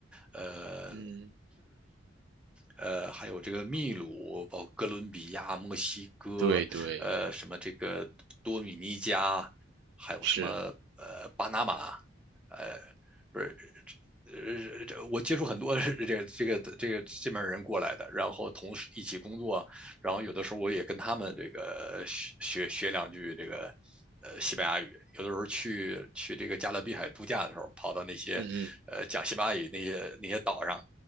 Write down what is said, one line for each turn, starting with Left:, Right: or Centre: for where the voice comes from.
Centre: 呃
Right: 嗯，
Centre: 呃还有这个秘鲁，包括哥伦比亚、墨西哥，
Right: 对对
Centre: 呃什么这个多米尼加，还有什么
Right: 是，
Centre: 呃巴拿马。呃，不是，呃，这我接触很多 <laughs> 这个这个这个这边人过来的，然后同时一起工作，然后有的时候我也跟他们这个学学两句这个呃西班牙语，有的时候去去这个加勒比海度假的时候，跑到那些呃讲西班牙语那些那些岛上。
Right: 嗯嗯